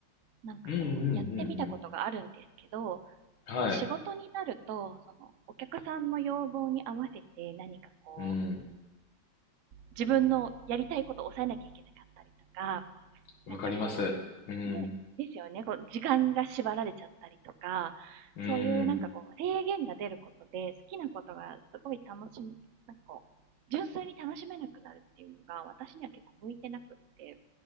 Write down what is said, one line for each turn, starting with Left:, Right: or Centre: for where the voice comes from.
Right: なんかこう、
Left: うんうんうんうん。
Right: やってみたことがあるんですけど、
Left: はい。
Right: こう、仕事になると、その、お客さんの要望に合わせて何かこう、
Left: うん。
Right: 自分のやりたいことを抑えなきゃいけなかったりとか、
Left: わかります。
Right: なんかこ
Left: うん。
Right: う、ね、ですよね。こう、時間が縛られちゃったりとか、
Left: うん。
Right: そういうなんかこう、制限が出ることで、好きなことがすごい楽しみ、なんかこう、純粋に楽しめなくなるっていうのが、私には結構向いてなくって、